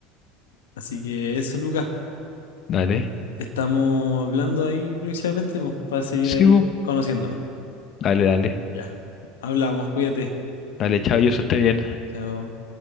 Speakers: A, on the left; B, on the left.
A: Así que eso, Luca.
B: dale.
A: Estamos hablando ahí próximamente, po, para seguir ahí
B: Sí, bu.
A: conociéndonos.
B: Dale, dale.
A: Ya. Hablamos, cuídate.
B: Dale, chao, yo eso esté bien.
A: Chao.